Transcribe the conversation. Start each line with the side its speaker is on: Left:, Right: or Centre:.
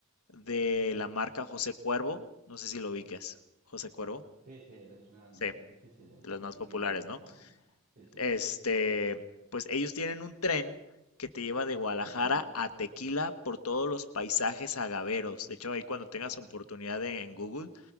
Left: de la marca José Cuervo, no sé si lo ubicas, José Cuervo,
Right: Sí, sí, es una
Left: sí,
Right: de, sí, sí, de,
Left: de
Right: de
Left: las más
Right: tequila,
Left: populares,
Right: muy
Left: ¿no?
Right: famosa. Sí, sí.
Left: Este, pues ellos tienen un tren que te lleva de Guadalajara
Right: <clears throat>
Left: a Tequila por todos los paisajes agaveros. De hecho, ahí cuando tengas
Right: Wow.
Left: oportunidad de- en Google,